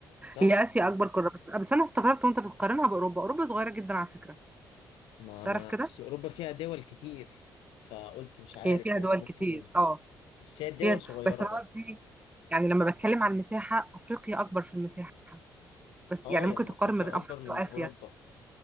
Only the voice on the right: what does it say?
هي آسيا أكبر قارة بس آه، بس أنا استغربت وأنت بتقارنها بأوروبا أوروبا صغيرة جدا على فكرة
تعرف
كده
هي فيها
دول
كتير اه
فيها
بس أنا
قصدي يعني لما بتكلم عن المساحة أفريقيا أكبر في المساحة بس
يعني
ممكن تقارن
ما بين أفريقيا
وآسيا